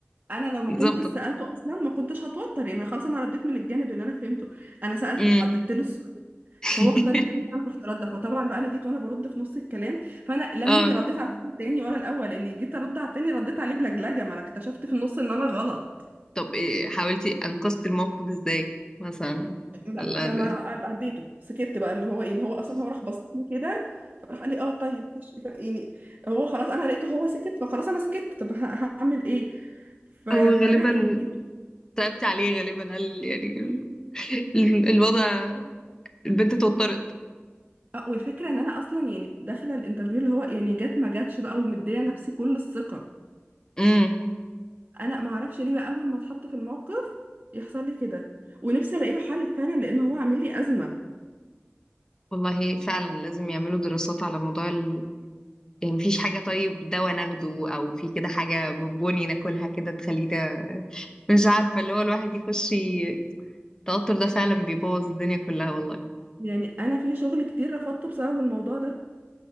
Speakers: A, on the right (about 35°); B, on the left (about 15°).
A: انا لو ما
B: نظبط
A: كنت سألته اصلا ما كنتش هتوتر يعني انا خلاص انا رديت من الجانب اللي انا فهمته انا سألته
B: امم
A: حددت له السؤال
B: <laughs>
A: فهو اختار التاني فانا رحت رد فطبعا بقى انا جيت وانا برد في نص الكلام فانا لا
B: اه
A: مني رديت على التاني ولا الاول لاني جيت ارد على التاني رديت عليه بلجلجة ما انا اكتشفت في النص ان انا غلط
B: طب إيه حاولتي انقذتي الموقف ازاي مثلا
A: ما
B: ولا
A: ما, ما
B: <laughs>
A: عديته سكت بقى اللي هو يعني هو اصلا هو راح بصني كده فراح قال لي اه طيب ماشي ف- يعني هو خلاص انا لقيته هو سكت فخلاص انا سكت طب ه- هعمل ايه ف... فلا
B: هو غالبا
A: يعني
B: تعبت عليه غالبا قال يعني ال- ال- الوضع البنت اتوترت
A: آه، والفكره ان انا اصلا يعني داخله الانترفيو اللي هو يعني جت ما جاتش بقى ومديه نفسي كل الثقه
B: امم
A: انا ما اعرفش ليه بقى اول ما اتحط في الموقف يحصل لي كده ونفسي الاقي له حل فعلا لان هو عامل لي ازمه
B: والله فعلا لازم يعملوا دراسات على موضوع يعني مفيش حاجة طيب دواء ناخده أو في كده حاجة بونبوني ناكلها كده تخلينا <laughs> مش عارفة اللي هو الواحد يخش ي- التوتر ده فعلا بيبوظ الدنيا كلها والله
A: يعني انا في شغل كتير رفضته بسبب الموضوع ده